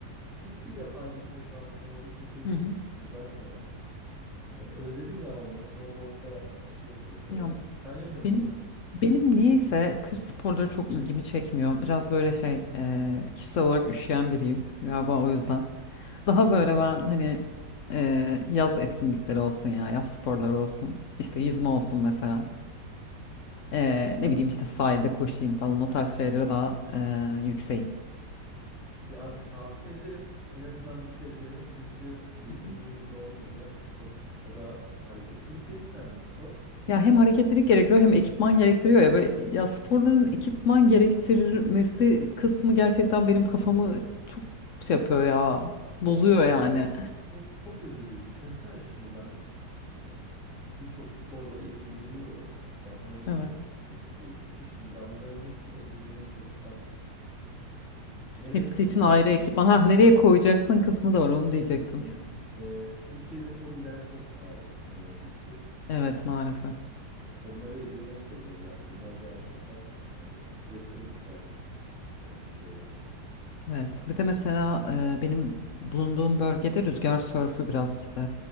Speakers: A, in the centre; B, on the left (about 65°).
A: Bir, bir defa gitme şansım oldu çünkü
B: Hı hı.
A: uzak bana. Ee, özledim ya onu da snowboard'da yapmak istiyorum tekrardan.
B: Ya
A: Sen yapıyor muydun?
B: Benim benim niyeyse kış sporları çok ilgimi çekmiyor. Biraz böyle şey e, kişisel olarak üşüyen biriyim galiba
A: Hı.
B: o yüzden. Daha böyle ben hani e, yaz etkinlikleri olsun ya yaz sporları olsun. İşte yüzme olsun mesela. E, ne bileyim işte sahilde koşayım falan o tarz şeylere daha e, yükseğim.
A: Ya tavsiye ederim. En azından bir kez dene çünkü düşündüğün
B: Hı hı.
A: gibi olmayacak. Çok o da hareketlilik gerektiren bir spor.
B: Ya hem hareketlilik gerektiriyor hem ekipman gerektiriyor ya böyle ya sporların ekipman gerektirmesi kısmı gerçekten benim kafamı çok şey yapıyor ya bozuyor
A: Ya çok
B: yani.
A: çok, çok üzücü. Düşünsene şimdi ben e, birçok sporla ilgileniyorum. Yapmaya çalışıyorum
B: <laughs>
A: vakit buldukça. Şimdi ben bunların hepsini edinmeye çalışsam nereye
B: Hepsi
A: koyacağım?
B: için ayrı ekipman. Ha, nereye koyacaksın kısmı da var onu diyecektim.
A: Ki e, Türkiye'de hobiler çok pahalı ne yazık ki.
B: Evet maalesef.
A: Onlara edinmek de zor yani bunlar gerçekten yani yatırım isteyen e, şeyler.
B: Evet. Bir de mesela e, benim bulunduğum bölgede rüzgar sörfü biraz e,